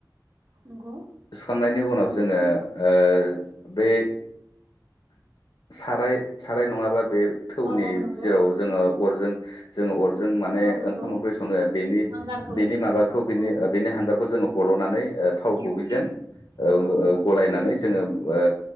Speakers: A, on the right; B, on the left.
A: नंगौ
B: सुखांनायनि उनाव जोङो ओ बे साराय साराय नङाबा बे थौनि
A: औ औ नंगौ
B: जेराव जोङो अरजों जोङो अरजो जों माने
A: औ नंगौ
B: ओंखाम ओंख्रि सङो बेनि
A: औ हांगारखौ
B: बेनि माबाखौ बेनि
A: औ
B: ओ बेनि हांगारखौ जोङो हल'नानै ओ थाव
A: नंगौ
B: गुबैजों ओं
A: औ नंगौ
B: ओ गलायनानै जोङो ओ